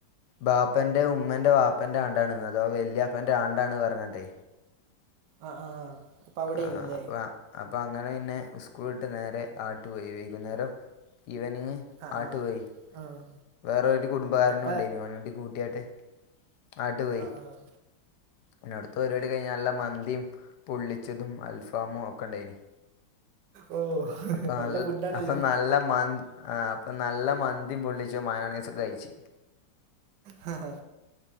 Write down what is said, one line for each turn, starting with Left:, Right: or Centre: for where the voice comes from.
Left: ബാപ്പന്റെ ഉമ്മന്റെ വാപ്പന്റെ ആണ്ടാണ് ഇന്ന് അഥവാ വല്യാപ്പന്റെ ആണ്ടാണ് പറ്ഞ്ഞാണ്ടെ
Right: ആഹ് ആഹ് അപ്പൊ അവിടെയാണല്ലേ
Left: ആഹ് അപ്പ അ അപ്പൊ അങ്ങനെ പിന്നെ സ്കൂൾ വിട്ട് നേരെ ആണ്ട് പോയി വൈകുന്നേരം ഈവനിംഗ്
Right: ആഹ്
Left: ആട്ട്
Right: ആഹ്
Left: പോയി
Right: ആഹ്
Left: വേറെ ഒരു കുടുംബക്കാരനും
Right: എപ്പ
Left: ഉണ്ടായിരുന്നു ഓനേം കൂടി കൂട്ടി ആട്ട് ആട്ട് പോയി
Right: ആഹ് ആഹ്
Left: പിന്നെ അവിടുത്തെ പരുപാടി കഴിഞ്ഞു നല്ല മന്തി പൊള്ളിച്ചതും ആൽഫാമും ഒക്കെ ഉണ്ടായിരുന്നു
Right: ഓ
Left: അപ്പൊ
Right: നല്ല ഫുഡാണല്ലോ
Left: അപ്പൊ നല്ല മന്തി ആഹ് നല്ല മന്തി പൊള്ളിച്ചതും മയോണിസും കഴിച്ചു
Right: ഹം ഹ